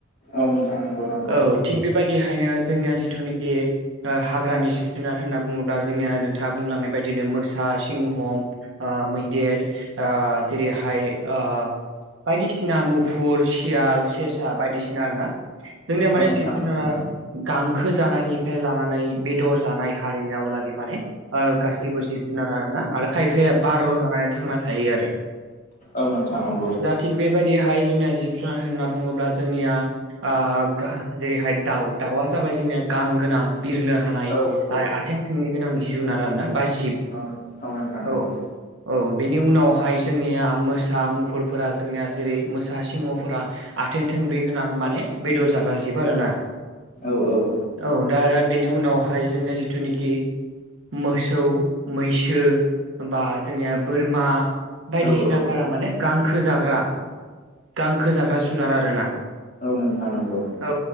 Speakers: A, on the left (about 40°); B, on the right (about 70°).
A: औ नोंथां नंगौ नंगौ
B: औ थिग बेबायदिहायनो जोंनिया जिथुनाखि हाग्रानि जिब जुनार होनना बुङोब्ला जोंनिया नोंथाङा बुंलांनाय बायदिनो मोस सा, सिंह, ओ मैदेर ओ जेरैहाय ओ बायदिसिना मुफुर, सियाल सेसा बायदिसिना आरोना जोंनिया माने
A: औ नोंथां
B: जिब जुनारा
A: नंगौ
B: गांखो जानायनिफ्राय लानानै बेदर जानाय हारिनावलागै माने गासैबो जिब जुनारा आरोना आरो खायफाया बारल' जानानै थांना थायो आरो
A: औ नोंथां नांगौ
B: दा थिग बेबायदिहाय जोंनिया जिब जुनार होनना बुङोब्ला जोंनिया आ गा जेरैहाय दाउ दाउआ जाबाय जोंनिया गां गोनां बिरनो हानाय
A: औ औ
B: आ-आथिं थोंनै गोनां जिुनार आरोना बा जिब
A: आव नो आव नोंथां नोंगौ
B: औ औ बेनि उनावहाय जोंनिया मोसा, मुफुरफोरा जोंनिया जेरै मोसा, सिंहफोरा आथिं थोंब्रै गोनां माने बेदर जाग्रा जिब आरोना
A: औ औ
B: औ दा बेनि उनावहाय जोंना जिथुनिखि मोसौ मैसो बा जोंनिया बोरमा बायदिसिनाफोरा
A: औ औ
B: माने गां खोजाग्रा गांखो जाग्रा जुनार आरोना
A: औ नोंथां नांगौ
B: औ